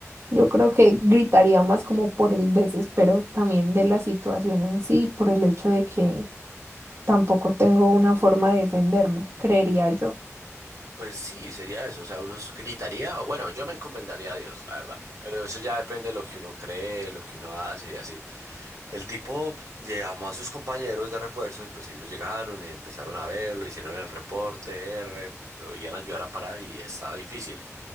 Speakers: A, on the right; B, on the right.
A: Yo creo que gritaría más como por el desespero también de la situación en sí, por el hecho de que tampoco tengo una forma de defenderme, creería yo.
B: Pues sí, sería eso. O sea, uno gritaría, o bueno, yo me encomendaría a Dios, la verdad. Pero eso ya depende de lo que uno cree, lo que uno hace y así. El tipo llamó a sus compañeros de refuerzo y pues ellos llegaron, y empezaron a verlo, hicieron el reporte, R, lo iban a ayudar a parar y estaba difícil.